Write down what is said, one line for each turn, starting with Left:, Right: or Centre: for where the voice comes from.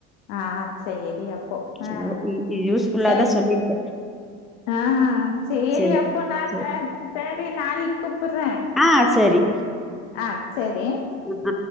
Left: ஆ ஆ சேரி அப்போ
Centre: சரி
Left: ஆஹ்
Centre: யூஸ்ஃபுல்லா
Left: சேரி
Centre: தான் சொல்லியிருக்கேன்
Left: ஆஹ்ஹ சேரி
Centre: சரி
Left: அப்போ நான்
Centre: சரி
Left: நாளைக்குதகூப் கூப்புறேன்
Centre: ஆ சரி
Left: ஆஹ் சேரி
Centre: ஆ